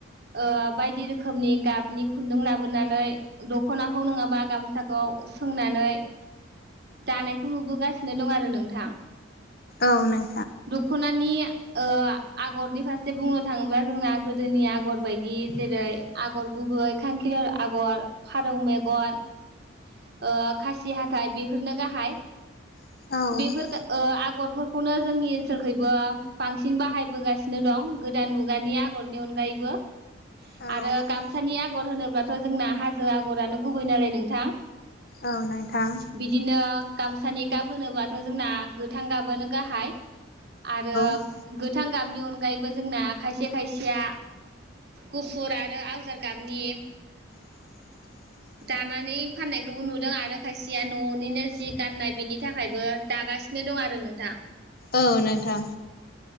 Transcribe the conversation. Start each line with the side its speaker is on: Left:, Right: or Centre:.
Right: ओ बायदि रोखोमनि गाबनि खुन्दुं लाबोनानै दख'नाखौ नङाबा गामसाखौ सोंनानै दानायखौ नुबोगासिनो दं आरो नोंथां
Left: औ नों
Right: दख'नानि ओ आगरनि फारसे बुंनो थाङोब्ला जोंना गोदोनि आगर बायदि जेरै आगर गुबै खांखिलार आगर फारौ मेगन ओ खासि हाथाइ बेफोरनो गाहाइ
Left: औ
Right: बेफोरगो ओ आगरफोरखौनो जोंनि ओनसोलखैबो बांसिन बाहायबोगासिनो दं गोदान मुगानि आगरनि अनगायैबो
Left: औ
Right: आरो गामसानि आगर होनोब्लाथ' जोंना हाजो आगरानो गुबै नालाय नोंथां
Left: औ नोंथां
Right: बिदिनो गामसानि गाब होनोबाथ' जोंना गोथां गाबानो गाहाइ आरो
Left: औ
Right: गोथां गाबनि अनगायैबो जोंना खायसे खायसेया गुफुर आरो आवजार गाबनि
Left: <inaudible>
Right: दानानै फाननायखौबो नुदों आरो आरो खायसेया न'निनो जि गाननाय बेनि थाखायबो दागासिनो दं आरो नोंथां
Left: औ नोंथां